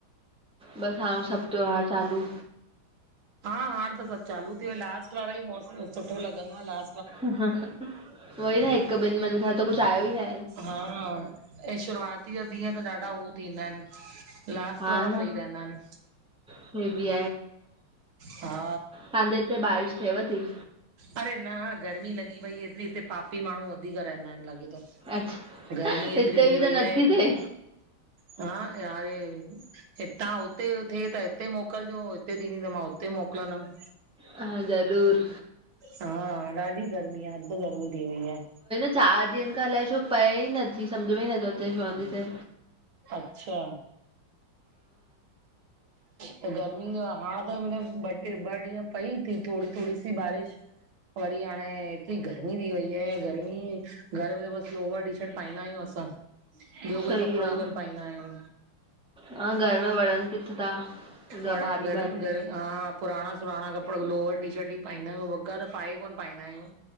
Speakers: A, in the centre; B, on the right.
A: बसि हाणे सभु त्योहार चालू
B: हा हाणे त सभु चालू थी वियो लास्ट वारा ई मौस सुठो लॻंदो आहे ला
A: उहो ई न हिकु ॿिनि महनि खां त कुझु आयो ई नाए।
B: हा ऐं शुरआती जा ॾींअं त ॾाढा हू थींदा आहिनि। लास्ट
A: हा
B: वारा
A: न
B: सही रहंदा आनि
A: हे बि
B: हा।
A: तांजो हिते बारिश थिएव थी?
B: अड़े न गर्मी लॻी पई एतिरी हिते पापी माण्हू वधीक रहंदा आहिनि लॻे थो।
A: अच्छा
B: गर्मी एतरी
A: हिते
B: थी
A: बि
B: वईया
A: त नथी
B: एतिरी
A: थिए
B: हा यारे। हितां हुते थिए त हिते मोकिलिजो हिते थींदी त मां हुते मोकिलंदमि।
A: हा ज़रूर,
B: हा ॾाढी गर्मी आहे अध गर्मी थी वई आहे।
A: चारि ॾींहंनि खां अलाए छो पए ई नथी सम्झ में ई नथो अचे शो नथी थे।
B: अच्छा। त गर्मी जो आ हाण त मतिलबु ॿ टे ॿ ॾींहं पई थी थोडी थोडी सी बारिश वरी हाणे एतिरी गर्मी थी वई आहे गर्मी घर में त बसि लोवर टीशर्ट पाईंदा आहियूं असां ॿियो कोई
A: सही
B: कपिड़ो
A: आ
B: ई कोन पाईंदा आहियूं
A: हा घर में वणनि किथे था हेॾा
B: वण
A: भारी
B: घर
A: भारी
B: घरु हा पुराणा सुराणा कपिड़ा लोवर टीशर्ट ई पाईंदा आहियूं, वॻा त पाए कोन पाईंदा आहियूं